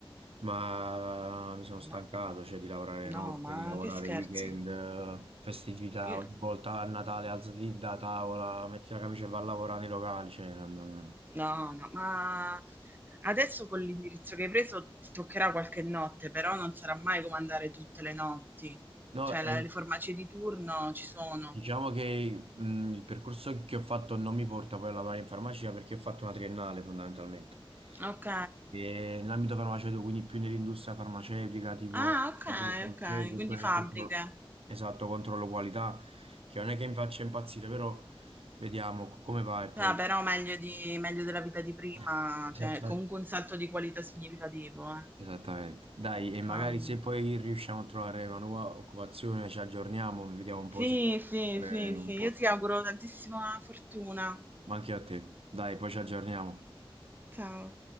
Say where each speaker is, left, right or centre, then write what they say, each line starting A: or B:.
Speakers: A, on the right; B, on the right.
A: ma mi sono stancato,
B: Ma-
A: cioè, di lavorare
B: no,
A: notte,
B: ma
A: di lavorare
B: che scherzi?
A: weekend, eh, festività,
B: Io-
A: ogni volta a Natale alzati da tavola, metti la camicia e vai a lavorare nei locali, cioè, non-
B: no, no, ma adesso con l'indirizzo che hai preso ti toccherà qualche notte, però non sarà mai come andare tutte le notti.
A: No,
B: Cioè, la-
A: e-
B: le farmacie di turno ci sono.
A: Diciamo che mh, il percorso che ho fatto non mi porta poi a lavorare in farmacia perché ho fatto una triennale fondamentalmente.
B: Ok.
A: E nell'ambito farmaceutico, quindi più nell'industria farmaceutica, tipo
B: Ah, ok,
A: laboratorio farmaceutico,
B: ok, quindi
A: oppure
B: fabbriche.
A: nel controllo, esatto, controllo qualità, che non è che mi faccia impazzire, però vediamo co- come va e poi...
B: Ah, però meglio, di- meglio della vita di prima,
A: <laughs> Esattamente.
B: cioè comunque un salto di qualità significativo, eh.
A: Esattamente. Dai, e magari
B: Cavoli.
A: se poi riusciamo a trovare una nuova occupazione, ci aggiorniamo, vediamo un
B: Sì,
A: po' se
B: sì,
A: fare
B: sì,
A: un
B: sì,
A: posto.
B: io ti auguro tantissima fortuna.
A: Ma anche a te. Dai, poi ci aggiorniamo.
B: Ciao.